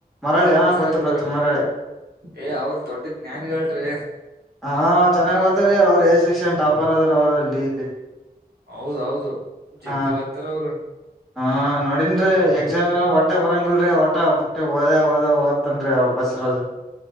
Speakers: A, in the centre; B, on the right (about 80°).
A: ಮರಾಳಿ ಹಾ
B: ಬಸವರಾಜ್
A: ಗೊತ್ತು
B: ಮರಳಿ
A: ಗೊತ್ತು ಮರಾಳಿ.
B: ಏ ಅವ್ರ ದೊಡ್ಡ ಜ್ಞಾನಿಗಳ್ರಿ.
A: ಹಾ ಚೆನ್ನಾಗ್ ಗತ್ತಾರೀ ಅವ್ರು ಎ ಶೆಕ್ಷನ್ ಟಾಪರ್ ಅದ್ರ ಅವ್ರಲ್ಲಿ ಇಲ್ಲಿ.
B: ಹೌದೌದು ಜಗ್ಗಿ
A: ಹ
B: ಹೊತ್ತಾರ್ ಅವರು.
A: ಹಾ ನೋಡಿನ್ ರೀ ಎಕ್ಸಾಮ್ ಒಟ್ಟ ಬರಂಗಲ್ ರೀ ಒಟ್ಟ ಬಕ್ ಓದ ಹ ಓದ ಓದ್ತನ್ರಿ ಅವ ಬಸರಾಜ್.